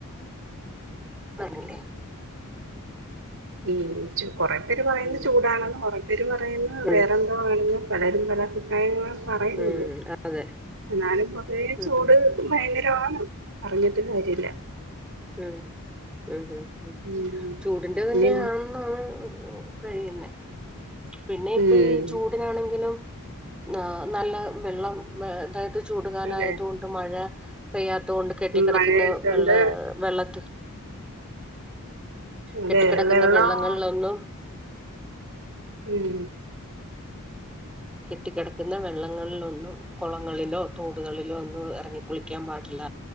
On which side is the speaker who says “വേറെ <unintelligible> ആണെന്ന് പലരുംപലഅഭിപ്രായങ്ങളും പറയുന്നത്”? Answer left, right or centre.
Right